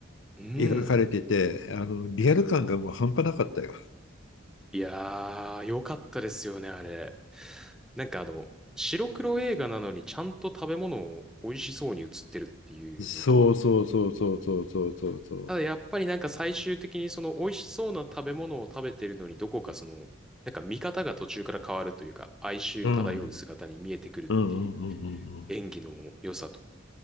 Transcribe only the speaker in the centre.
うん。
いやー、良かったですよね、あれ。なんかあの、白黒映画なのにちゃんと食べ物を美味しそうに映ってるっていうのと、
ただやっぱりなんか最終的にその美味しそうな食べ物を食べてるのにどこかその、なんか見方が途中から変わるというか、哀愁漂う姿に見えてくるっていう
演技の良さと。